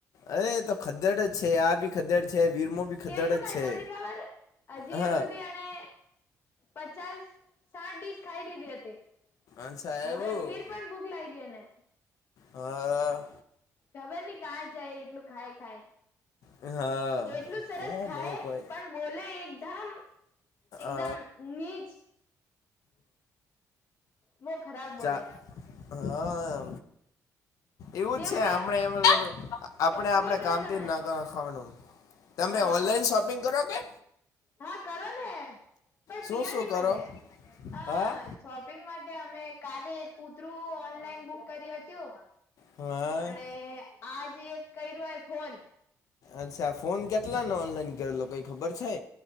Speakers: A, on the left; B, on the left.
A: અરે તો ખદ્દડ જ છે આ ભી ખદ્ડ છે વીરમો ભી ખદડ
B: કેટલું
A: જ
B: ખાય
A: છે.
B: તમને ખબર હજી
A: હા
B: સુધી એણે પચાસ સાઠ ડીશ ખાઈ લીધી હતી.
A: અચ્છા
B: હવે
A: એવું
B: ફીર પણ ભૂખ લાગી એને.
A: હા.
B: ખબર નઈ કા જાય એટલું ખાય ખાય.
A: હા.
B: એટલું સરસ
A: કોમ
B: ખાય
A: એ કોઈ
B: પણ બોલે એકદમ એકદમ
A: અ
B: નીચ. બોહ ખરાબ બોલે.
A: ચા હા. એવું
B: દેવું
A: જ છે
B: કે
A: આપણે આપણે
B: એક્સપ્લોર
A: આપણે
B: કરો
A: કામથી
B: તમે
A: જ ના ખાવાનું. તમે
B: હા
A: ઓનલાઈન શોપિંગ કરો કે?
B: હા કરો ને પણ
A: શું
B: પૈઆ
A: શું
B: ની
A: કરો
B: મળે. અ.
A: હા
B: શોપિંગ માટે અમે કાલે એક કૂતરું ઓનલાઈન બુક કર્યું હતું.
A: હા
B: અને આજે કર્યું આઈ ફોન.
A: અચ્છા ફોન કેટલા ને ઓનલાઈન કરેલો? કંઈ ખબર છે?